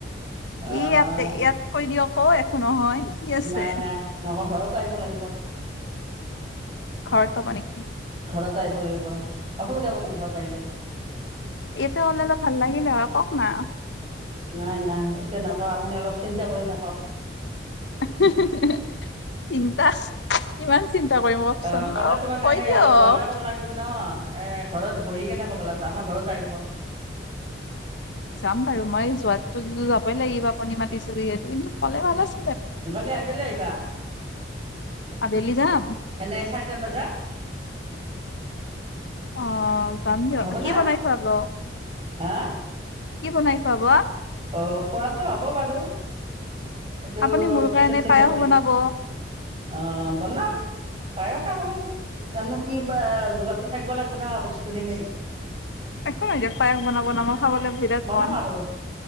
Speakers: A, on the right (about 30°); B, on the left (about 75°).
A: আহ
B: ই ইয়াতে কৰি দিয়ক ঐ একো নহয় কি আছে
A: নাই নাই নকওঁ ঘৰত আহিব লাগিব
B: ঘৰত কব নে
A: ঘৰত আহিব লাগিব অসুবিধা হ'ব নেকি ঘৰত আহিলে
B: ইয়াতে হলে অলপ ভাল লাগে না কওক না
A: নাই নাই এতিয়া নকওঁ আপুনি অলপ চিন্তা কৰি থাকক
B: হু হু চিন্তা কিমান চিন্তা কৰিম কওকচোন
A: অ কথাটো
B: অলপ
A: মানে
B: কৈ
A: সে
B: দিয়ক
A: অলপ বহালে ক'ব লাগিব ন। এ ঘৰত, বহি কেনে ক'ব লাগিব, আমাৰ ঘৰত আহিব।
B: যাম বাৰু মই যোৱাতো যাবই লাগিব আপুনি মাতিছেো সিহেতু কিন্তু ক'লে ভাল আছ।
A: কালি আবেল আহিবা।
B: আবেলি যাম।
A: এনে চাৰিটান বজাত।
B: অ যাম দিয়ক।
A: হ'বনে
B: কি বনাই খোৱাব?
A: হা
B: কি বনাই খোৱাব?
A: অ খোৱটো হ'ব বাৰু। সেইটো
B: আপুনি মোৰ
A: পিছত
B: কাৰণে
A: চিন্তা
B: পায়স
A: কৰিম
B: বনাব
A: আহ বনাম। পায়স আৰু জানো কি বা যোগাৰতো থাকিব লাগিব না বস্তু খিনি।
B: একো নাই দে। পায়স বনাব নাম খাবলৈ বিৰাট
A: বনাম
B: মন।
A: আৰু